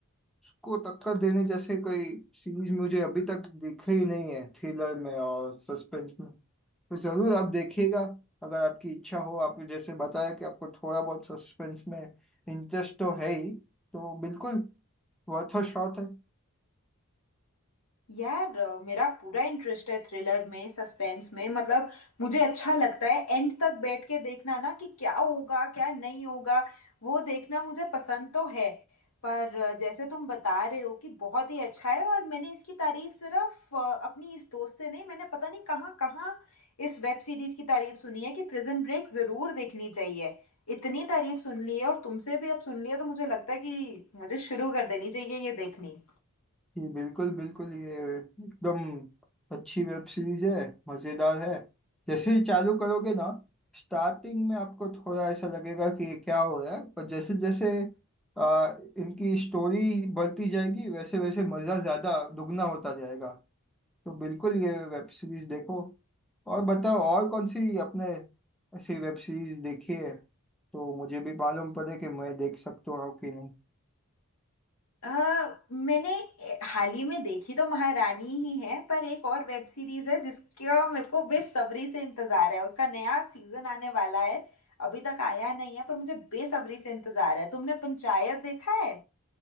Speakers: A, in the centre; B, on the left (about 80°).
A: उसको टक्कर देने जैसे कोई सीरीज मुझे अभी तक दिखे ही नहीं है थ्रिलर में और सस्पेंस में तो जरूर आप देखिएगा अगर आपकी इच्छा हो आप जैसे बताया कि आपको थोड़ा बहुत सस्पेंस में इंटरेस्ट तो है ही तो बिल्कुल वर्थ अ शॉट है
B: यार अ, मेरा पूरा इंटरेस्ट है थ्रिलर में सस्पेंस में मतलब मुझे अच्छा लगता है एंड तक बैठ के देखना ना कि क्या होगा क्या नहीं होगा वो देखना मुझे पसंद तो है पर अ, जैसे तुम बता रहे हो कि बहुत ही अच्छा है और मैंने इसकी तारीफ सिर्फ अ, अपनी इस दोस्त से नहीं मैंने पता नहीं कहाँ कहाँ इस वेब सीरीज की तारीफ सुनी है कि प्रिजन ब्रेक जरूर देखनी चाहिए इतनी तारीफ सुन ली है और तुमसे भी अब सुन लिया तो मुझे लगता है कि मुझे शुरू कर देनी चाहिए ये देखनी
A: जी बिल्कुल बिल्कुल ये एकदम अच्छी वेब सीरीज है मज़ेदार है जैसे ही चालू करोगे ना स्टार्टिंग में आपको थोड़ा ऐसा लगेगा कि ये क्या हो रहा है पर जैसे जैसे आ, इनकी स्टोरी बढ़ती जाएगी वैसे वैसे मज़ा ज़्यादा दुगना होता जाएगा तो बिल्कुल ये वेब सीरीज देखो और बताओ और कौन सी अपने ऐसी वेब सीरीज देखी है तो मुझे भी मालूम पड़े कि मैं देख सकता हूँ कि नहीं
B: अ, मैंने हाल ही में देखी तो महारानी ही है पर एक और वेब सीरीज है जिसका मेरे को बेसब्री से इंतजार है उसका नया सीजन आने वाला है अभी तक आया नहीं है पर मुझे बेसब्री से इंतजार है तुमने पंचायत देखा है